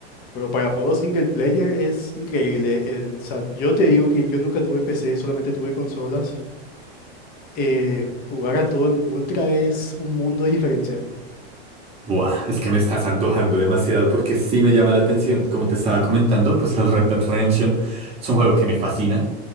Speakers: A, on the left; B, on the right.
A: Pero para juegos single player es increíble. eh, o sea, yo te digo que yo nunca tuve PC, solamente tuve consolas. eh, jugar a todo en Ultra es un mundo de diferencia.
B: Buah, es que me estás antojando demasiado porque sí me llama la atención. Como te estaba comentando, pues el Red Dead Redemption es un juego que me fascina.